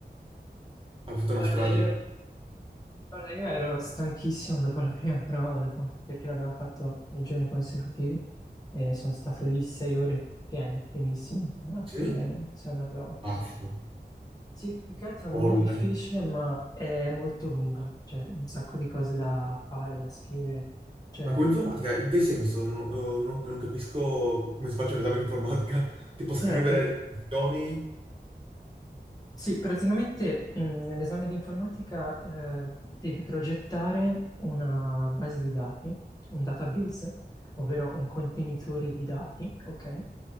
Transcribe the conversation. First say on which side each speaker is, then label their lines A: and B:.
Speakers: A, on the right; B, on the left.
A: Ha fatto una
B: Guarda,
A: strage.
B: io, guarda, io ero stanchissimo dopo la prima prova, dopo- perché l'abbiamo fatto nei giorni consecutivi e sono stato lì sei ore piene, pienissime, a scrivere
A: Sì?
B: la seconda prova.
A: Pazzo,
B: Sì, più che altro non
A: folle.
B: è difficile, ma è molto lunga, cioè un sacco di cose da fare, da scrivere. Cioè,
A: Ma come informatica, in che senso? Non, eh, non- non capisco co- come si faccia un esame di informatica. Tipo scrivere
B: allora, pre-
A: definizioni?
B: Sì, praticamente mh, nell'esame di informatica eh, devi progettare una base di dati, un database, ovvero un contenitore di dati, ok?